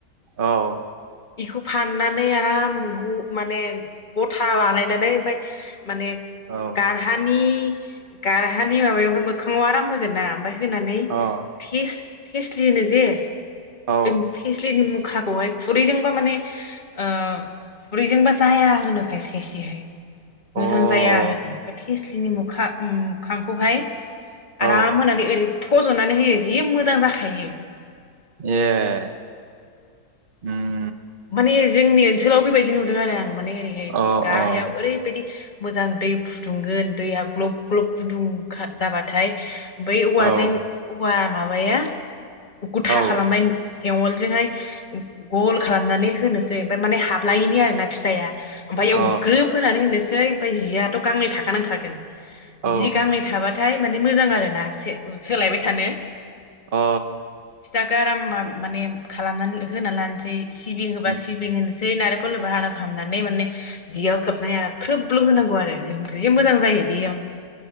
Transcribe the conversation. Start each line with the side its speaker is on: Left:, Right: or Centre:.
Right: औ
Left: बेखौ फाननानै आराम माने गथा बानायनानै ओमफाय माने
Right: औ
Left: गारहानि गारहानि माबायावहाय मोखांङाव आराम होगोन ना ओमफाय फानै
Right: अ
Left: फिस <unintelligible> जे
Right: औ
Left: ब <unintelligible> <unintelligible> खाखौहाय खु खुरैजोंबा माने ओ खुरैजोंबा जाया होनो खायसे खायसेहाय
Right: औ
Left: मोजां
Right: अ
Left: जाया होनो ओमफ्राय थेस्लिनि मोखा ओम खांखौहाय
Right: औ
Left: आराम होनानै ओरै फज'नानै होयो जि मोजां जाखायो
Right: ए उम
Left: माने जोंनि ओनसोलाव बेबायदि नुदों आरो आं माने ओरैहाय
Right: अ अ
Left: गार हायाव ओरैबायदि मोजां दै फुदुंगोन दैया ग्लब ग्लब गुदुंखा जाबाथाय बै औवाजों
Right: औ
Left: औवा माबाया गुथा
Right: औ
Left: खालामबाय थेवलजोंहाय गल खालामनानै होनोसै ओमफाय माने हाबलायैनि आरो ना फिथाया ओमफाय बेयाव
Right: अ
Left: ग्रोब होनानै होनोस सै ओमफाय जियाथ' गांनै थाखा नांखागोन
Right: औ
Left: जि गामि थाबा थाय माने मोजां आरो ना से उ सोलायबाय थानो
Right: अ
Left: दा गारामा माने खालामनानै होना लानस सिबिं होबा
Right: उम
Left: सिबिं होनोसै नारेख खल होबा आरा खालामनानै माने जियाव खोबनानै आराम ख्रोबल' होनांगौ आरो इम जि मोजां जायो बेयाव